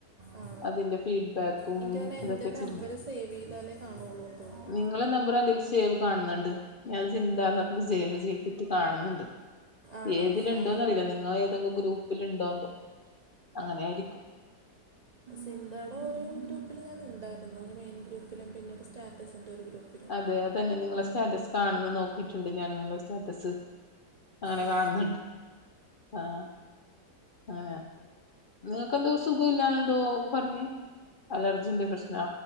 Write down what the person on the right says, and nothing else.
ആ.
എനിക്ക് തോന്നുന്നു എൻ്റെ
നമ്പർ സേവ് ചെയ്താലേ കാണുള്ളൂ എന്ന് തോന്നുന്നു
ആണോ
ആ
ചിന്താടെ ഒരു ഗ്രൂപ്പിൽ ഞാാനുണ്ടായര്ന്നു ഒരു മെയിൻ ഗ്രൂപ്പിലും പിന്നെ ഒരു സ്റ്റാറ്റസ് ന്റെ ഒരു ഗ്രൂപ്പ്
ആ,